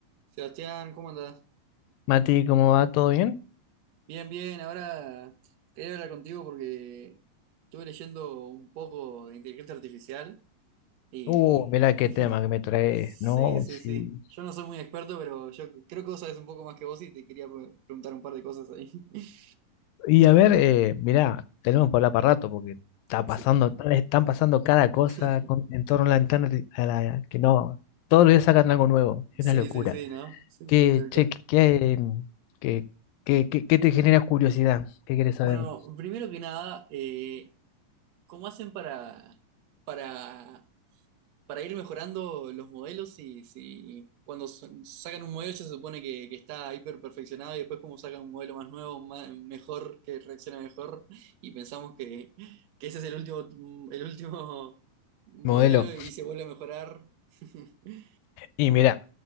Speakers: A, on the right; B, on the left.
A: Sebastián, ¿cómo andás?
B: Mati, ¿cómo va? ¿Todo bien?
A: Bien, bien, ahora quería hablar contigo porque estuve leyendo un poco de inteligencia artificial y...
B: Uh, mira qué
A: <laughs>
B: tema que me traes,
A: Sí,
B: ¿no?
A: sí,
B: Sí.
A: sí. Yo no soy muy experto, pero yo creo que vos sabés un poco más que vos y te quería pre- preguntar un par de cosas ahí. <laughs>
B: Y a ver, eh, mira, tenemos por hablar para rato porque está
A: Sí,
B: pasando, están pasando cada cosa
A: <laughs>
B: con- en torno a la internet, a la, que no, todos los días sacan algo nuevo, es
A: sí,
B: una locura.
A: sí, sí, ¿no? Sí,
B: ¿Qué,
A: sí, sí, tal
B: che,
A: cual.
B: qué, qué, qué- qué- qué- qué te genera curiosidad? ¿Qué quieres saber?
A: Bueno, primero que nada, eh, ¿cómo hacen para, para para ir mejorando los modelos y si cuando s- sacan un modelo ya se supone que, que está hiper perfeccionado y después como sacan un modelo más nuevo, más- mejor, que reacciona mejor y pensamos que, que ese es el último, el último modelo
B: Modelo.
A: y se vuelve a mejorar. <laughs>
B: Y mira,